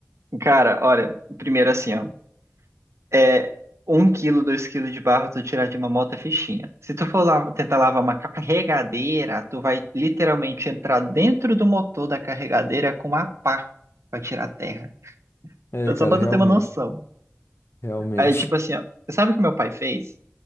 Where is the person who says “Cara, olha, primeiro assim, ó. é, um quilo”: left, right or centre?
Right